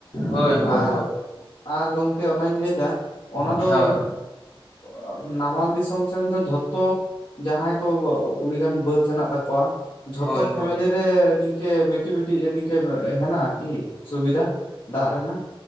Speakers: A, on the left (about 85°); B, on the left (about 65°).
A: ᱦᱳᱭ ᱦᱳᱭ ᱦᱳᱭ ᱦᱳᱭ
B: ᱟᱨ, ᱟᱨ ᱜᱚᱝᱠᱮ ᱚᱱᱟᱧ ᱞᱟᱹᱭᱫᱟ ᱚᱱᱟ ᱫᱚ
A: ᱦᱳᱭ
B: <unintelligible> ᱱᱟᱢᱟᱞ ᱫᱤᱥᱚᱢ ᱥᱮᱱ ᱫᱚ ᱡᱷᱚᱛᱚ ᱡᱟᱦᱟᱸᱭ ᱠᱚ ᱩᱲᱤᱜᱟᱱ ᱵᱟᱹᱫ ᱦᱮᱱᱟᱜ ᱛᱟᱠᱚᱣᱟ, ᱡᱷᱚᱛᱚ
A: ᱦᱳᱭ
B: ᱯᱷᱮᱢᱮᱞᱤ
A: ᱦᱳᱭ
B: ᱨᱮ ᱱᱤᱝᱠᱟᱹ ᱠᱤ ᱵᱤᱴᱤᱡ ᱮ ᱱᱤᱝᱠᱟᱹ ᱦᱮᱱᱟᱜᱼᱟ ᱠᱤ ᱥᱩᱵᱤᱫᱷᱟ ᱫᱟᱜ ᱨᱮᱱᱟᱜ?